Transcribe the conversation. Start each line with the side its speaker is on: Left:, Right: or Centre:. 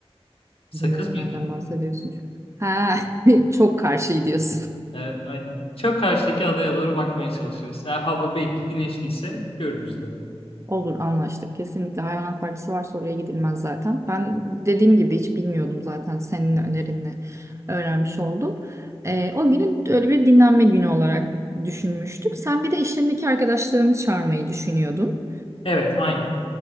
Left: Sakız
Right: Bilmiyorum
Left: mıydı?
Right: nereden bahsediyorsun. Ha <laughs> çok karşı diyorsun.
Left: Evet, aynen. Çok karşıdaki adaya doğru bakmaya çalışıyoruz. Eğer hava belki güneşliyse görürüz de.
Right: Olur anlaştık. Kesinlikle hayvanat bahçesi varsa oraya gidilmez zaten. Ben dediğim gibi hiç bilmiyordum zaten senin önerinle öğrenmiş oldum. Ee, o günü öyle bir dinlenme günü olarak düşünmüştük. Sen bir de işlerindeki arkadaşlarını çağırmayı düşünüyordun.
Left: Evet, aynen.